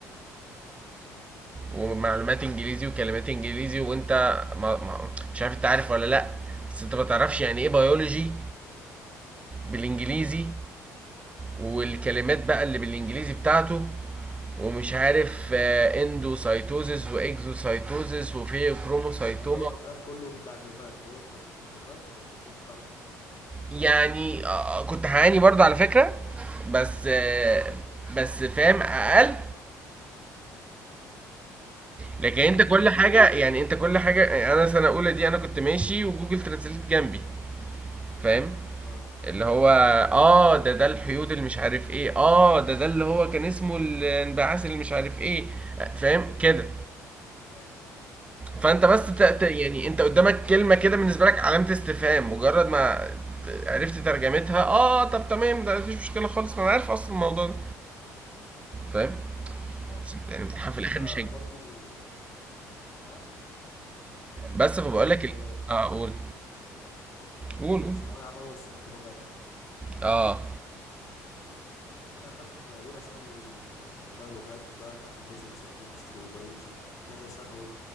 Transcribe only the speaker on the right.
ومعلومات انجليزي وكلمات انجليزي وانت ما ما مش عارف انت عارف ولا لا بس انت ما تعرفش يعني ايه بيولوجي بالانجليزي
والكلمات بقى اللي بالانجليزي بتاعته ومش عارف آه، اندوسايتوزيس واكزوسايتوزيس وفيوكروموسايتوما
يعني آه، آه، كنت هعاني برضه على فكرة بس آه،
بس فاهم اقل لكن
انت
كل
حاجة يعني انت كل حاجة يعني انا سنة اولى دي انا كنت ماشي وجوجل ترانسليت جنبي فاهم
اللي هو اه ده ده الحيود اللي مش عارف ايه اه ده ده اللي هو كان اسمه الانبعاث اللي مش عارف ايه فاهم كده
فانت بس
ت... ت-
يعني انت قدامك كلمة كده بالنسبة لك علامة استفهام مجرد ما ت- عرفت ترجمتها اه طب تمام ده مفيش مشكلة خالص ما انا عارف اصلا الموضوع ده فاهم
بس يعني الامتحان
في الاخر مش هيجي
بس فبقول
لك ال... اه قول
قول قول.
اه